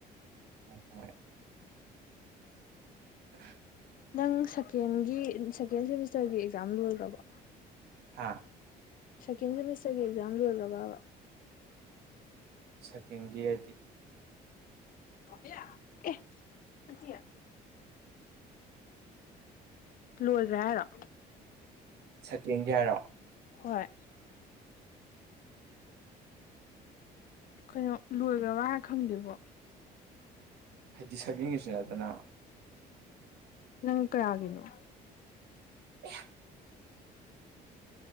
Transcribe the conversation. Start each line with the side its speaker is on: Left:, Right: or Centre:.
Right: ꯎ ꯍꯣꯏ <unintelligible>
Left: ꯅꯪ ꯁꯦꯀꯦꯟꯒꯤ ꯁꯦꯀꯦꯟ ꯁꯦꯃꯤꯁꯇꯔꯒꯤ ꯑꯦꯛꯖꯥꯝ ꯂꯣꯏꯕꯣ
Right: ꯍꯥꯥ
Left: ꯁꯦꯀꯦꯟ ꯁꯦꯃꯤꯁꯇꯔꯒꯤ ꯑꯦꯛꯖꯥꯝ ꯂꯣꯏꯔꯣ ꯕꯥ
Right: ꯁꯀꯦꯟꯒꯤ ꯍꯥꯏꯗꯤ
Left: ꯑꯦ ꯑꯗꯨꯠꯇ ꯂꯣꯏꯗ꯭ꯔꯦ ꯍꯥꯏꯔꯣ
Right: ꯁꯀꯦꯟꯒꯤ ꯍꯥꯏꯔꯣꯑꯣ
Left: ꯍꯣꯏ ꯀꯩꯅꯣ ꯂꯣꯏꯈ꯭ꯔꯕ ꯍꯥꯏꯔ ꯈꯪꯗꯦꯕꯣ
Right: ꯍꯥꯏꯗꯤ ꯁꯕꯡꯒꯤꯁꯨ ꯅꯠꯇꯅ
Left: ꯅꯪ ꯀꯩꯒꯦꯅꯤ
Right: ꯑꯌꯥ